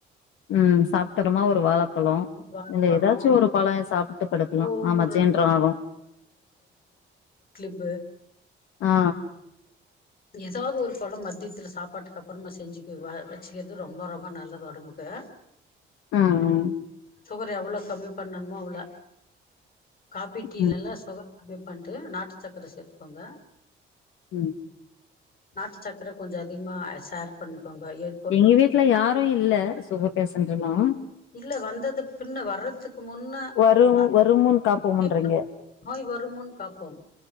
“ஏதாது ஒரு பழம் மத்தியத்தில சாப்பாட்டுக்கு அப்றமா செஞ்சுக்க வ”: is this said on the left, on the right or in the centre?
Left